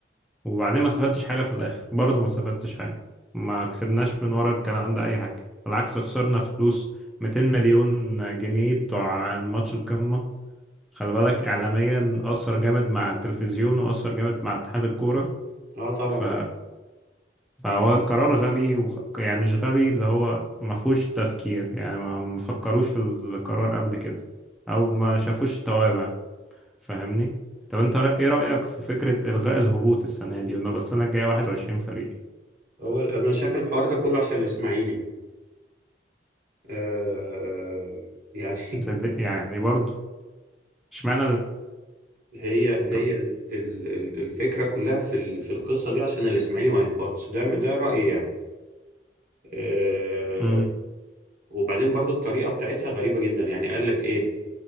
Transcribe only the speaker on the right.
اه طبعا
هو ال- انا شايف الحوار ده كله عشان الاسماعيلي آه يعني <laughs>
هي
هي ال- ال- الفكرة كلها في ال- في القصة دي عشان الإسماعيلي ما يهبطش ده ده رأيي يعني آه
وبعدين برضو الطريقة بتاعتها غريبة جدا يعني قال لك إيه